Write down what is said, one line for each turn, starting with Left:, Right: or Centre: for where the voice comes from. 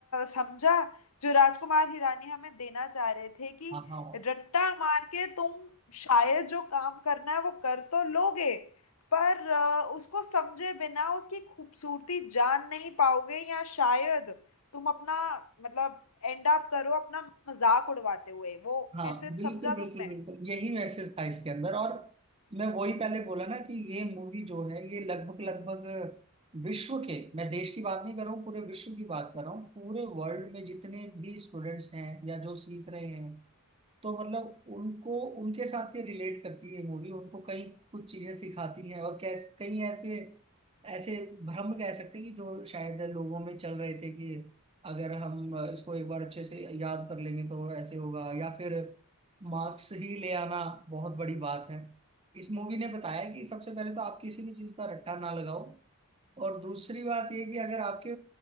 Left: समझा जो राजकुमार हिरानी हमें देना चाह रहे थे कि
Right: हाँ हाँ
Left: रट्टा मार के तुम शायद जो काम करना है वो कर तो लोगे पर अ, उसको समझे बिना उसकी खूबसूरती जान नहीं पाओगे या शायद तुम अपना मतलब एंड अप करो अपना मजाक उड़वाते हुए वो
Right: हाँ
Left: मैसेज
Right: बिल्कुल
Left: समझा तुमने
Right: बिल्कुल बिल्कुल यही मैसेज था इसके अंदर और मैं वही पहले बोला ना कि ये मूवी जो है ये लगभग लगभग विश्व के मैं देश की बात नहीं कर रहा हूँ पूरे विश्व की बात कर रहा हूँ पूरे वर्ल्ड में जितने भी स्टूडेंट्स हैं या जो सीख रहे हैं तो मतलब उनको उनके साथ ये रिलेट करती है मूवी उनको कई कुछ चीजें सिखाती हैं और कैसे कई ऐसे ऐसे भ्रम कह सकते हैं कि जो शायद लोगों में चल रहे थे कि अगर हम अ, इसको एक बार अच्छे से याद कर लेंगे तो ऐसे होगा या फिर मार्क्स ही ले आना बहुत बड़ी बात है इस मूवी ने बताया कि सबसे पहले तो आप किसी भी चीज का रट्टा ना लगाओ और दूसरी बात ये कि अगर आपके